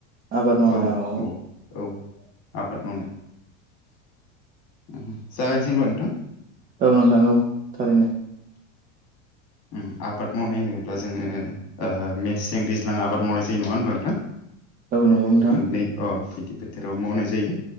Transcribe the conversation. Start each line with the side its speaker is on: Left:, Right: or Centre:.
Right: आबाद मावनायाव
Left: औ औ औ आबाद मावनाय। <unintelligible> <inaudible> जागायसै होनबा नोंथां।
Right: औ नोंथां औ थारैनो
Left: ओम आबाद मावनाय होनोब्ला जोङो ओ मेसें दैज्लां आबाद मावनाय जायो नङा होनब्ला नोंथां।
Right: औ नंगौ नोंथां।
Left: मोननै अ बिदि बोथोराव मावनाय जायो।